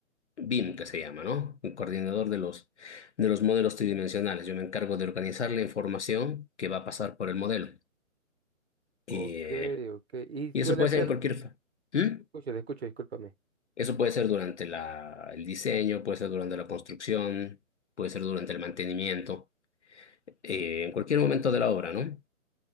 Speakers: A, on the left; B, on the right.
A: BIM, que se llama, ¿no? El coordinador de los, de los modelos tridimensionales. Yo me encargo de organizar la información que va a pasar por el modelo. Y,
B: Ok,
A: eh,
B: ok. Y
A: y
B: suele
A: eso puede
B: hacer,
A: ser en cualquier... fa- ¿Mm?
B: escucho, te escucho, discúlpame.
A: Eso puede ser durante la, el diseño, puede ser durante la construcción, puede ser durante el mantenimiento. eh, en cualquier momento de la obra, ¿no?